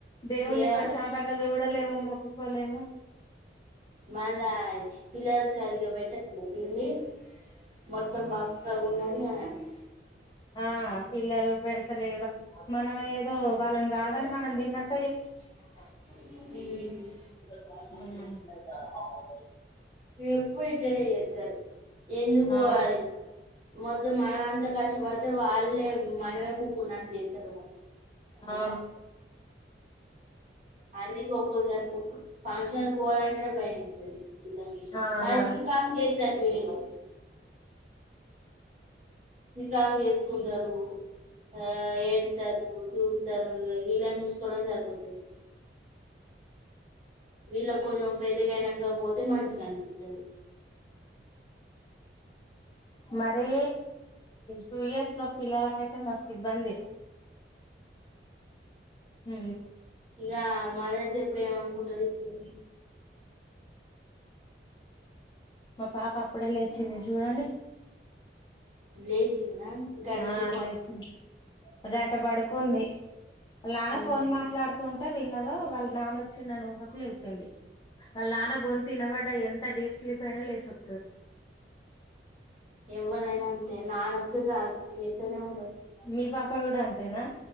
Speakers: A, on the left (about 25°); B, on the right (about 40°).
A: దేవుని
B: ఏమన
A: ప్రశాంతంగా చూడలేము ఉప్ప లేము
B: మళ్ళా పిల్లకి సరిగ్గా పెట్టాలే దిన్ని మొత్తం బక్కగున్నాలయానడి
A: ఆ పిల్లలు పెడతలేవా మనం ఏదో వాళ్ళని కాదని మనం తిన్నట్
B: ఉ
A: ఆ
B: ఎప్పుడు ఇట్నే చేత్తారు ఎందుకు పోవాలి
A: ఆ
B: మొత్తం మన అంత కష్టపడితే వాళ్ళే మనమే కూకున్నటు చేస్తారు వాళ్ళు
A: అవును
B: అందుకే ఒక్కోక్కో సారి ఫంక్షన్ పోవాలంటేనే భయమేతది
A: అవునా
B: మళ్ళీ చికాకు చేత్తరు వీళ్ళు చికాకు చేేసుకుంటరు ఆ ఏడ్తారు తుడ్తరు వీళ్ళను చూసుకోవడమే సరిపోతది వీళ్ళ కు కొంచెం పెద్దగా ఐనాక పోతే మంచిగా అనిపిస్తది
A: మరి టూ ఇయర్స్ లో పిల్లలకైయితే త్త మస్ ఇబ్బందే ఉ
B: ఆ మదర్ జెప్పుడు ఏమనుకుంటది ఇప్పుడు
A: మా పాప అప్పుడే లేచ్చింది చూడండి
B: లేచందా గంట
A: ఆ
B: చేపు పడు
A: లేచింది గంట పడుకుంది వాళ్ళ నాన్న
B: ఉమ్
A: ఫోన్ మాట్లాడుతుం విన్నదో వాళ్ళ నాన్న వచ్చిండన ఊహకు లేసిేంది వాళ్ళ నాన్న గొంతు వినబడ్డ ఎంత డీప్ స్లీప్ అయినా లేసుంది
B: ఎవలైనా అంతే నాన్న వస్తే చాలు లేతనే ఉంటరు
A: మీ పాపా కూడా అంతేనా